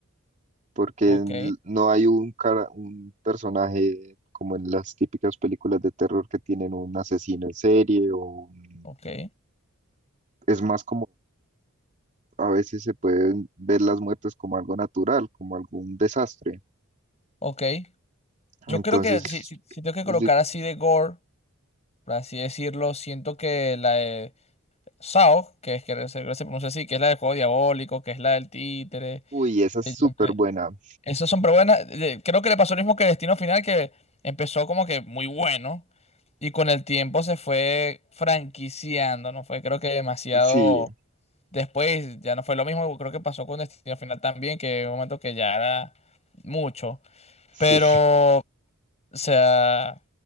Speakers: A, on the right; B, on the left.
A: porque
B: Ok,
A: n- no hay un cara, un personaje como en las típicas películas de terror que tienen un asesino en serie o un-
B: ok.
A: es más como a veces se pueden ver las muertes como algo natural, como algún desastre.
B: Ok, yo
A: Entonces,
B: creo que si, si, si tengo que
A: es
B: colocar
A: de-
B: así de gore, por así decirlo, siento que la de Saw, que es que se, se pronuncia así, que es la del juego diabólico, que es la del títere,
A: uy, esa
B: de
A: es súper
B: John Cre-
A: buena.
B: Esas son, pero buenas. eh, Creo que le pasó lo mismo que Destino Final, que empezó como que muy bueno y con el tiempo se fue franquiciando, ¿no? Fue creo que demasiado.
A: Sí,
B: Después ya no fue lo mismo, creo que pasó con Destino Final también, que hubo un momento que ya era mucho.
A: sí.
B: Pero o sea,